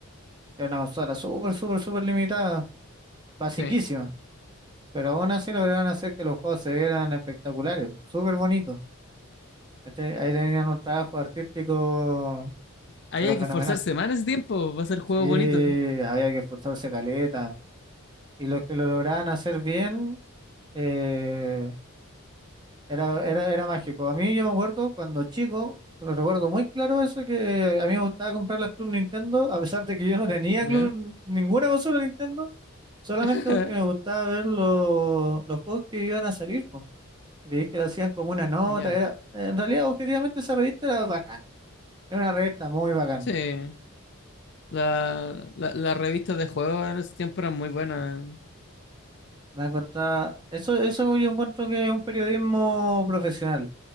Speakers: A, on the right (about 20°); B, on the left (about 50°).
A: que era una consola súper, súper, súper limitada, basiquísima.
B: Sí.
A: Pero aún así lograron hacer que los juegos se vieran espectaculares, súper bonitos. ¿cachai? Ahí tenían un trabajo artístico,
B: Ahí
A: pero
B: hay
A: fenomenal.
B: que esforzarse más en ese tiempo para hacer juegos
A: Sí,
B: bonitos.
A: había que esforzarse caleta. Y los que lo lograban hacer bien, eh, Era, era, era mágico. A mí yo me acuerdo cuando chico, lo recuerdo muy claro eso, que a mí me gustaba comprar la Club Nintendo, a pesar de que yo no tenía
B: ¿Ya?
A: Club, ninguna consola Nintendo, solamente
B: <laughs>
A: porque me gustaba ver los los juegos que iban a salir. po. Y veía que lo hacían como una nota.
B: Ya.
A: Era, en realidad, objetivamente, esa revista era bacán. Era una revista muy bacán.
B: Sí. La, la, las revistas de juegos en ese tiempo eran muy buenas.
A: La encontraba, eso, eso yo encuentro que es un periodismo profesional,